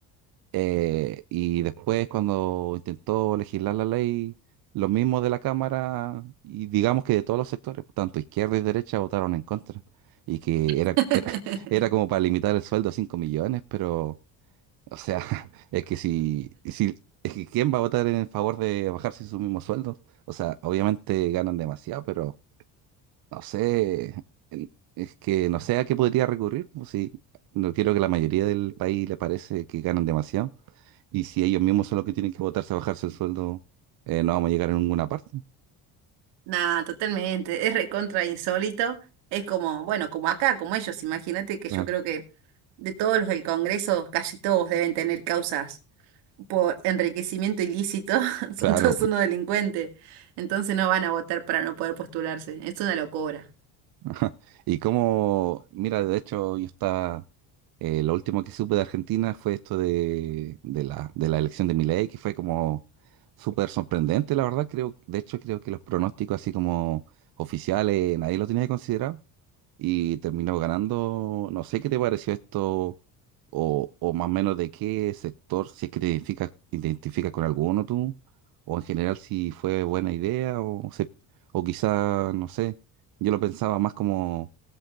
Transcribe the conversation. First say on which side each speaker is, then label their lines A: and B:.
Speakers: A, on the right; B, on the right.
A: Eh, y después cuando intentó legislar la ley, los mismos de la Cámara y digamos que de todos los sectores, tanto izquierda y derecha, votaron en contra. Y que era,
B: <laughs>
A: era, <laughs> era como para limitar el sueldo a 5 millones, pero o sea, <laughs> es que si, si, es que ¿quién va a votar en favor de bajarse su mismo sueldo? O sea, obviamente ganan demasiado, pero no sé, el- es que no sé a qué podría recurrir, pues, si no quiero que la mayoría del país le parece que ganan demasiado, y si ellos mismos son los que tienen que votarse a bajarse el sueldo, eh, no vamos a llegar a ninguna parte.
B: Nada, totalmente, es recontra insólito, es como, bueno, como acá, como ellos, imagínate que
A: Claro,
B: yo creo que de todos los del Congreso, casi todos deben tener causas por enriquecimiento ilícito, <laughs>
A: claro.
B: son todos unos delincuentes, entonces no van a votar para no poder postularse, es una locura.
A: <laughs> Y como, mira, de hecho, yo estaba Eh, lo último que supe de Argentina fue esto de, de la, de la elección de Milei, que fue como súper sorprendente, la verdad. Creo, de hecho, creo que los pronósticos así como oficiales, nadie lo tenía considerado y terminó ganando. No sé qué te pareció esto o, o más o menos de qué sector, si es que te identificas, identificas con alguno tú, o en general si fue buena idea o, se, o quizá, no sé, yo lo pensaba más como